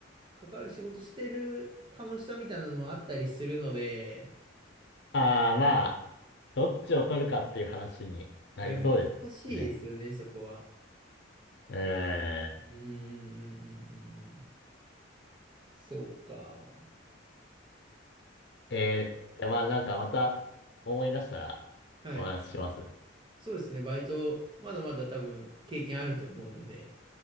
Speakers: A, on the right; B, on the left.
A: 関わる仕事してる楽しさみたいなのもあったりするので、
B: ああ、まあ。どっちを取るかっていう話になりそうですね。
A: いや、難しいですよね、そこは。
B: うーん。
A: うん、うん、うん、うんうん。そうか。
B: えー、でまあなんかまた思い出したらお話しします。
A: はい。そうですね、バイト、まだまだ多分経験あると思うので、